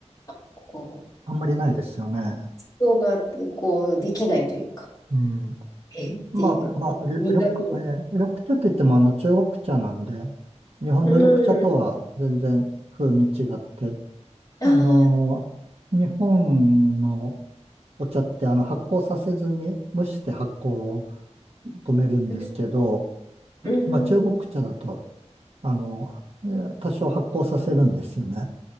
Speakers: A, on the left; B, on the right.
A: あこう、
B: あんまりないですよね。
A: 想が、こう、できないというか、
B: うん。
A: えっていう、
B: まあ、まあ、
A: こう苦味を。
B: り緑、えー緑茶といってもあの中国茶なんで、日本の緑茶とは全然風味違って、
A: うん。ああ、
B: あのー日本のお茶ってあの発酵させずに蒸して発酵を止めるんですけど、
A: うん。うん
B: まあ中国茶だと、あの、えー多少発酵させるんですよね。